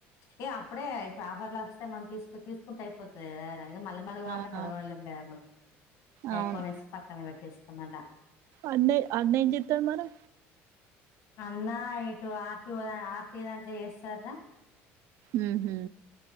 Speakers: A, on the left; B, on the right.
A: ఏ అప్పుడే ఇప్పుడు ఆఫర్ల వస్తే మనం తీసుకు తీసుకుంటే అయిపోతది గదరా ఇగ మళ్ళెం మళ్ళ గొను
B: అవునవును
A: అంటే మళ్ళగొనలేం గదా మనం ఏ
B: అవును
A: కొనేస్ పక్కన పెట్టేస్తాం మళ్ళా.
B: అన్నెయ్ అన్నా ఏం చేత్తాండు మరి
A: అన్నా ఇటు ఆర్టీఓ ఆర్టీ దాంట్ల చేస్తర్రా.
B: ఊహూ